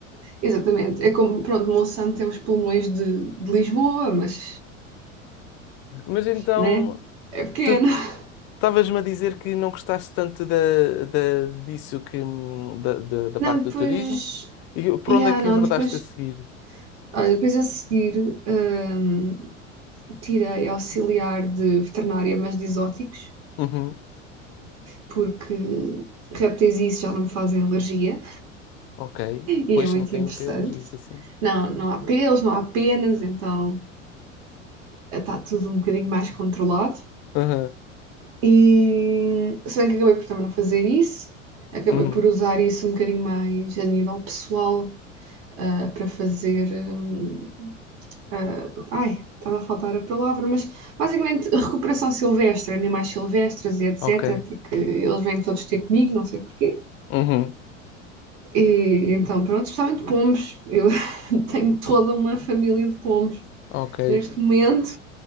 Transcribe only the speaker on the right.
Exatamente. É como, pronto, Monsanto tem os pulmões de, de Lisboa, mas,
né? É pequeno.
<laughs>
Não,
depois.
Yeah,
não,
depois.
Olha, depois a seguir. hum, Tirei auxiliar de veterinária, mas de exóticos,
porque répteis e isso já não me fazem alergia
e
é muito
interessante.
Não, não há pelos, não há penas, então está tudo um bocadinho mais controlado.
E se bem que acabei por também não fazer isso, acabei
por usar isso um bocadinho mais a nível pessoal, ah, para fazer, hum, ah, ai, estava a faltar a palavra, mas basicamente recuperação silvestre, animais silvestres e etc.,
porque eles vêm todos ter comigo, não sei porquê.
E então, pronto, especialmente pombos. Eu <laughs> tenho toda uma família de pombos
neste momento,